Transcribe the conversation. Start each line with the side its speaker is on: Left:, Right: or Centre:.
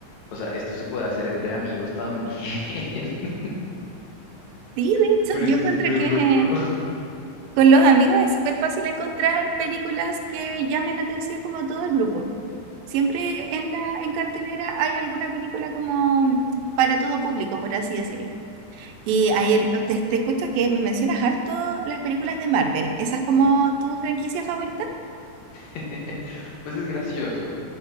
Left: o sea, esto se puede hacer entre amigos también. <laughs>
Right: Sí, de
Left: Me pareció
Right: hecho, yo encuentro
Left: súper
Right: que
Left: loco.
Right: Con los amigos es súper fácil encontrar películas que llamen la atención como a todo el grupo. Siempre en la, en cartelera hay alguna película como para todo público, por así decirlo. Y ahí el- te, te escucho que me mencionas harto las películas de Marvel. ¿Esa es como tu franquicia favorita?
Left: <laughs> Pues es gracioso.